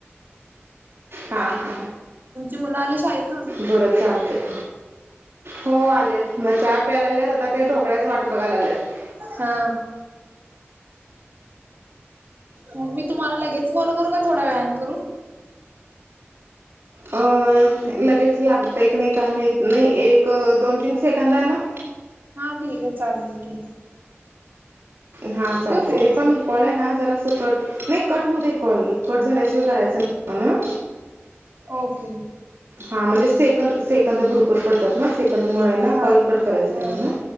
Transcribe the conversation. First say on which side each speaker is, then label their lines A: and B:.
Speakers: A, on the right; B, on the right.
A: हा हा
B: मुलं आली शाळेतून
A: बरं चालतय हो आलेत मं चहा प्यायल्यालत आता ते ढोकळ्याच वाट बघायला आल्यात
B: हा मग मी तुम्हाला लगेच कॉल करू का थोडा वेळानं करू.
A: अ लगेच लागतंय का नाय काय माहीत नाही एक दोन तीन सेकंद नां
B: हा ठीक आहे चालेल की
A: हा चालत
B: ठेवू फोन
A: हे पण कॉल आहेय ना जरा कट नाही कट होऊ दे. कॉल कट झाल्याशिवाय करायच नाय म्हणं
B: ओके.
A: हा म्हणजे सेकंद सेकंद भरपूर पडतात ना सेकंद मुळायला
B: हा
A: कॉल कट करायचं
B: हा
A: नाय म्हण